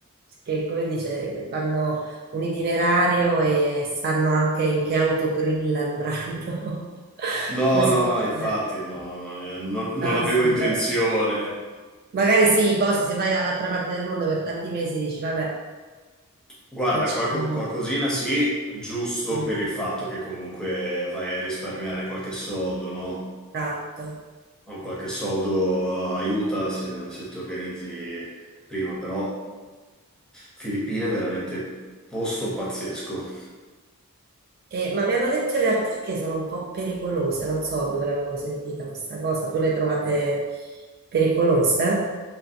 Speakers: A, on the right (about 45°); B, in the centre.
A: che, come si dice, che fanno un itinerario e sanno anche in che autogrill andranno. <laughs>
B: No,
A: Come si
B: no, no,
A: dice?
B: infatti, no, no, no, eh, non, non
A: No,
B: avevo
A: signora.
B: intenzione.
A: Magari sì, poi se vai dall'altra parte del mondo per tanti mesi dici, vabbè,
B: Guarda,
A: facciamo...
B: qualco- qualcosina sì, giusto
A: Sì,
B: per
A: sì,
B: il fatto che comunque vai a risparmiare qualche soldo, no?
A: esatto.
B: O Qualche soldo aiuta se, se ti organizzi prima, però Filippine è veramente posto pazzesco.
A: E- ma mi hanno detto in realtà che sono un po' pericolose, non so dove l'avevo sentita questa cosa. Tu le trovate pericolose?